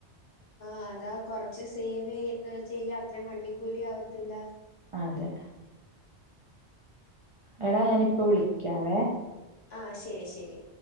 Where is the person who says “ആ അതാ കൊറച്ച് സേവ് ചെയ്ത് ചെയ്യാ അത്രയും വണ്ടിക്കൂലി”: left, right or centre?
Left